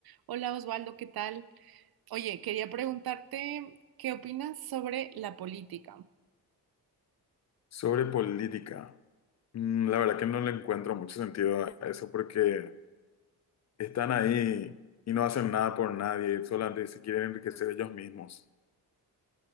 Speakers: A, on the right; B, on the left.
A: Hola Osvaldo, ¿qué tal? Oye, quería preguntarte qué opinas sobre la política.
B: Sobre política. Mm, La verdad que no le encuentro mucho sentido a eso porque están ahí y no hacen nada por nadie, solamente se quieren enriquecer ellos mismos.